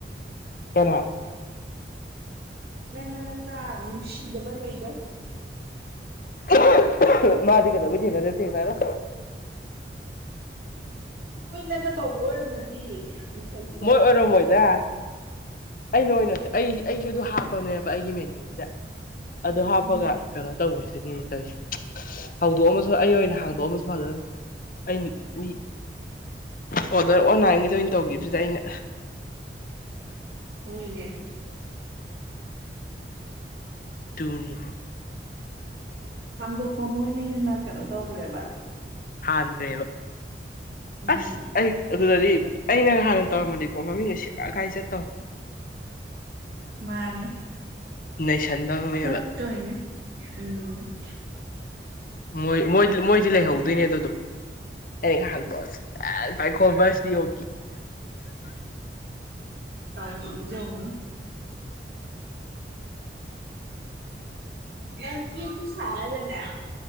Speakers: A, on the left (about 50°); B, on the right (about 60°).
A: ꯀꯅꯥ
B: ꯅꯪꯅꯥ ꯅꯪꯅꯥ ꯅꯨꯡꯁꯤꯗꯕ ꯉꯩꯗꯣ
A: ꯑꯍꯨ ꯑꯍꯨ ꯃꯥꯗꯤ ꯀꯩꯗꯧꯕꯩ ꯊꯦꯡꯅꯗꯣꯏ ꯊꯦꯡꯅꯔꯣꯏ
B: ꯀꯣꯏꯅꯒ ꯇꯧꯕ ꯑꯣꯏꯔꯝꯃꯗꯤ ꯃꯤꯈꯩꯗꯣ
A: ꯃꯣꯏ ꯑꯣꯏꯔ ꯃꯣꯏꯗ ꯑꯩꯅ ꯑꯣꯏꯅꯁꯨ ꯑꯩ ꯑꯩꯁꯨ ꯑꯗꯨ ꯍꯥꯞꯄꯅꯦꯕ ꯑꯩꯒꯤ ꯃꯦꯅ꯭ꯌꯨꯁꯤꯗ ꯑꯗꯨ ꯍꯥꯞꯄꯒ
B: ꯎꯝ
A: ꯀꯩꯅꯣ ꯇꯧꯕꯁꯦ ꯇꯧ ꯍꯧꯗꯣꯛꯑ ꯑꯃꯁꯨ ꯑꯩ ꯑꯣꯏꯅ ꯍꯥꯡꯗꯣꯛꯑ ꯑꯃꯁꯨ ꯍꯅꯤ ꯑꯩꯅ ꯃꯤ ꯑꯣꯗꯔ ꯑꯣꯟꯂꯥꯏꯟꯒꯤꯗ ꯑꯣꯏꯅ ꯇꯧꯈꯤꯕꯁꯤꯗ ꯑꯩꯅ
B: ꯑꯣꯏꯣꯏꯅꯦ
A: ꯇꯣꯅꯤ
B: ꯍꯥꯡꯗꯣꯛꯄ ꯃꯣꯏꯅ ꯍꯦꯟꯅ ꯀꯩꯅꯣ ꯇꯧꯈ꯭ꯔꯦꯕ
A: ꯍꯥꯟ꯭ꯔꯦꯕ
B: ꯎꯝ
A: ꯑꯁ ꯑꯩ ꯑꯗꯨꯗꯗꯤ ꯑꯩꯅ ꯍꯥꯟꯅ ꯇꯧꯔꯝꯃꯗꯤꯀꯣ ꯃꯃꯤꯡꯅ ꯁꯦꯛꯂꯈꯥꯏ ꯆꯠꯇꯧ
B: ꯃꯥꯅꯦ
A: ꯅꯩꯁꯟꯗꯕꯅꯦꯕ
B: ꯆꯠꯇꯣꯏꯅꯦ ꯎꯝ
A: ꯣꯏ ꯃꯣꯏꯗꯤ ꯂꯩꯍꯧꯗꯣꯏꯅꯦ ꯑꯗꯨꯗꯣ ꯑ ꯉꯥꯏꯍꯥꯛ ꯄꯥꯏꯈꯣꯕꯁꯤꯗꯤ ꯌꯣꯛ
B: ꯇꯥꯎ ꯌꯦ ꯌꯥꯎꯅꯤ ꯃꯀꯤꯁꯨ ꯁꯍꯗꯅ